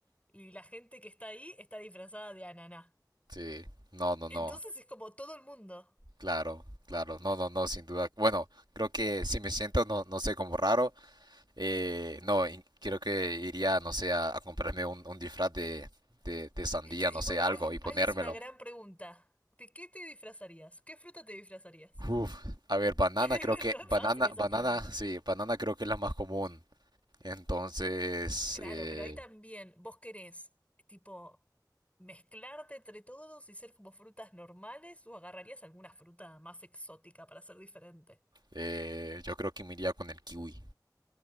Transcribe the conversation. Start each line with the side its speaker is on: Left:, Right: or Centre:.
Left: y la gente que está ahí está disfrazada de ananá.
Right: sí. No, no,
Left: Entonces
Right: no,
Left: es como todo el mundo.
Right: claro, claro, no, no, no, sin duda. Bueno, creo que si me siento, no, no sé, como raro, Eh, no, in- creo que iría, no sé, a, a comprarme un, un disfraz de, de, de sandía,
Left: Y, qué-
Right: no
Left: y
Right: sé,
Left: bueno,
Right: algo,
Left: ahí,
Right: y ponérmelo.
Left: ahí es una gran pregunta. ¿De qué te disfrazarías? ¿Qué fruta te disfrazarías?
Right: Uf, a ver, banana
Left: <laughs>
Right: creo que,
Left: No
Right: banana,
Left: es fácil esa
Right: banana,
Left: pregunta.
Right: sí, banana creo que es la más común. Entonces,
Left: Claro,
Right: eh,
Left: pero ahí también vos querés, tipo, mezclarte entre todos y ser como frutas normales o agarrarías alguna fruta más exótica para ser diferente.
Right: eh, yo creo que me iría con el kiwi.